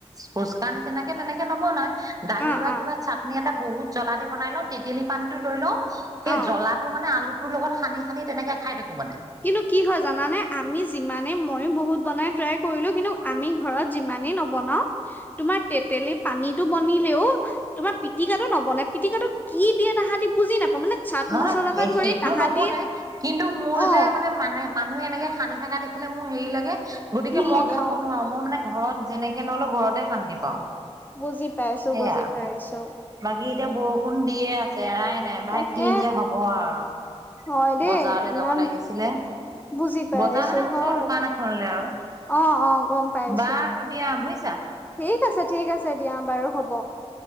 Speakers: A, on the right; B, on the left.
A: ফুচকা নিচিনাকে তেনেকে নবনাই দালি
B: অ
A: বা
B: অ
A: কিবা চাটনি এটা বহুত জ্বলা দি বনাই লওঁ, তেঁতেলী পানীটো লৈ লওঁ, সেই
B: অ
A: জ্বলা টো মানে আলুটোৰ লগত সানি-সানি তেনেকে খাই থাকো মানে।
B: কিন্তু কি হয় জানানে, আমি যিমানে মইয়ো বহুত বনাই ট্ৰাই কৰিলোঁ, কিন্তু আমি ঘৰত যিমানেই নবনাও, তোমাৰ তেতেলী পানীটো বনি বনিলেও, তোমাৰ পিটিকাটো নবনে পিটিকাটো কি দিয়ে তাহাতি বুজি নাপাওঁ মানে চাট
A: নহয়,
B: মছলাৰ
A: নহয়
B: পৰা ধৰি
A: সেইটো
B: তাহাঁতি
A: নবনে। কিন্তু মোৰ
B: অ
A: যে মানে, মানে মানুহে এনেকে সানি থকা দেখিলে মোৰ হেৰি লাগে। গতিকে
B: ঘিণ
A: মই
B: লাগে
A: খাব
B: অ
A: নোৱাৰোঁ, মই মানে ঘৰত যেনেকে নহ'লেও ঘৰতে শান্তি পাওঁ।
B: বুজি পাইছোঁ,
A: সেয়া
B: বুজি পাইছোঁ।
A: বাকী এতিয়া বৰষুণ দিয়ে আছে, এৰাই নাই
B: তাকে
A: ভাই কি যে হ'ব আৰু।
B: হয় দেই
A: বজাৰলে
B: ইমান
A: যাব লাগিছিলে।
B: বুজি পাইছো
A: বজাৰ মানে ওচৰৰ
B: হয়
A: দোকান এখনলৈ আৰু বা
B: অ অ গম পাইছো
A: বাৰু দিয়া বুজিছা।
B: ঠিক আছে, ঠিক আছে, দিয়া বাৰু হ'ব।